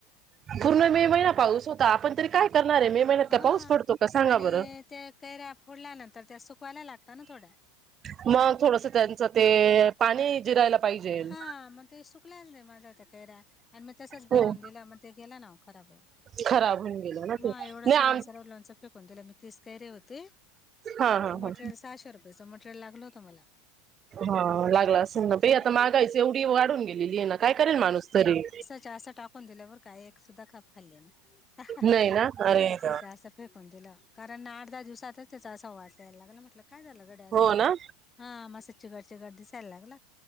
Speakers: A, on the right (about 35°); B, on the left (about 20°).
A: पूर्ण मे महिना पाऊस होता, आपण तरी काय- करणार आहे, मे मेहन्यात
B: हा
A: का पाऊस पडतो का सांगा
B: आणि
A: बरं?
B: त्या कैऱ्या फोडल्यानंतर त्या सुकवायला लागता ना थोड्या.
A: मग थोडस त्यांचं ते पाणी जिरायला- पाहिजेल.
B: हा म ते सुकल्याच नाही माझ्या त्या कैऱ्या. आणि मग तसच भरवून
A: हो.
B: दिला मग ते गेला ना खराब होउन.
A: खराब होऊन गेलं ना
B: मग
A: ते नाही
B: एवढ सर्वनसर्व
A: आम
B: लोणच फेकून दिल मी तिस कैरी होती.
A: हा हा हा
B: मटेरियल सहाशे रुपयाचं मटेरियल लागलं होतं मला.
A: हा लागला असल ना बाई
B: हो
A: आता महागाईच एवढी वाढून गेली. गेली आहे ना, काय करेल माणूस तरी?
B: च्या अस टाकून दिल्या बर का, एक सुद्धा खाप खाल्ली नाही. अ ह.
A: नाही ना अरे
B: असच्या
A: देवा.
B: अस- फेकून दिलं कारण आठ दहा दिवसातच त्याचा असा वास- यायला लागला म्हटलं काय झालं गड्या असं?
A: हो ना
B: हा म अस चिगट चिगट दिसायला लागल,